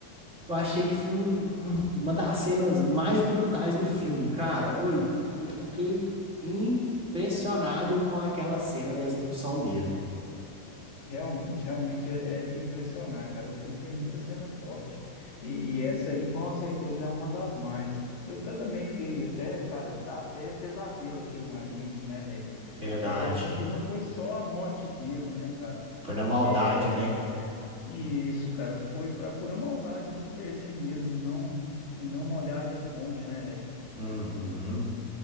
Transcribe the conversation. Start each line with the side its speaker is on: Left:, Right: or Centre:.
Right: Eu achei que foi um- um, uma das cenas mais brutais do filme, cara. Oi, eu fiquei impressionado com aquela cena da execução dele.
Left: realmente, realmente é, é de impressionar, cara. O filme tem muita cena forte. E, e essa aí, com certeza, é uma das mais. Eu ta- também fiquei até, cara, dá até pesadelo aquilo na gente, né, velho?
Right: Verdade.
Left: É, é porque não foi só a morte dele, né, cara?
Right: Foi na maldade,
Left: É,
Right: né?
Left: é, isso, cara, foi, foi a pura maldade do Percy mesmo em não, em não molhar a esponja, né, velho?
Right: Uhum.